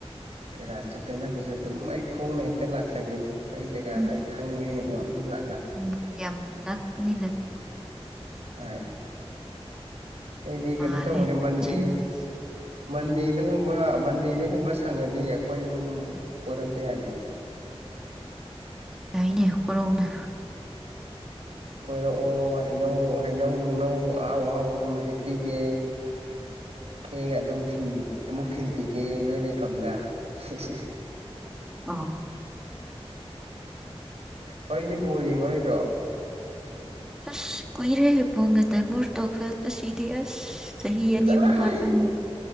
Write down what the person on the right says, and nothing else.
ꯄꯦꯔꯥꯁꯇꯨꯗ ꯅꯠꯇ꯭ꯔꯁꯨ ꯑꯗꯨꯝ ꯑꯩ ꯈꯣꯡꯅ ꯍꯦꯛꯇ ꯂꯥꯛꯆꯒꯦꯅꯤ ꯅꯣꯏꯒꯤ ꯖꯒꯥꯗꯣ
ꯑꯩ ꯈꯪꯕꯒꯤꯅꯀꯣ ꯑꯗꯨꯝ ꯂ
ꯍꯣꯏ ꯑꯩꯗꯤ
ꯀꯩꯅꯣ ꯇꯧꯕꯅꯦ ꯃꯟꯗꯦ
ꯃꯟꯗꯦ ꯑꯗꯨꯒꯨꯝꯕ ꯃꯟꯗꯦ ꯑꯗꯨꯒꯨꯝꯕ ꯁꯪꯉꯗꯤ ꯑꯩꯈꯣꯏ ꯑꯗꯨꯝ ꯀꯣꯏꯔꯛꯄ ꯌꯥꯅꯤ
ꯀꯣꯏꯔꯛꯑꯣ ꯍꯩꯅꯧ ꯍꯩꯅꯧ ꯅꯨꯡꯅꯧ ꯑꯍꯥꯎ ꯑꯍꯥꯎꯕ ꯑꯗꯨꯝ ꯍꯦꯛꯄꯤꯒꯦ ꯍꯦꯛꯑ ꯑꯗꯨꯝ ꯑꯃꯨꯛ ꯊꯤꯟꯕꯤꯒꯦ ꯅꯣꯏ ꯂꯩꯐꯝꯗ ꯁꯤꯁꯤꯁ
ꯍꯨꯔꯦꯟꯗꯤ ꯕꯣꯜ ꯌꯦꯡꯉꯥꯔꯣꯏꯗ꯭ꯔꯣ
ꯆꯠꯂꯣꯍꯩ